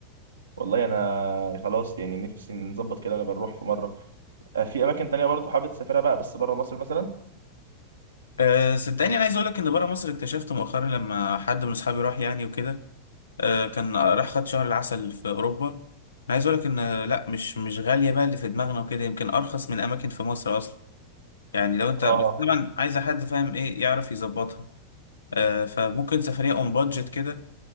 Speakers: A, on the right; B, on the left.
A: والله انا خلاص يعني نفسي نظبط كده ونبقى نروح في مره آه، في اماكن تانية برضو حابب تسافرها بقى بس بره مصر مثلا
B: أه صدقني انا عايز اقول لك ان بره مصر اكتشفت مؤخرا لما حد من اصحابي راح يعني وكده أه كان راح خد شهر العسل في اوروبا انا عايز اقول لك ان آه، لا مش مش غاليه بقى اللي في دماغنا وكده يمكن ارخص من اماكن في مصر اصلا يعني لو انت
A: اه
B: بس طبعا عايزه حد فاهم ايه يعرف يظبطها أه فممكن سفريه اون بادجت كده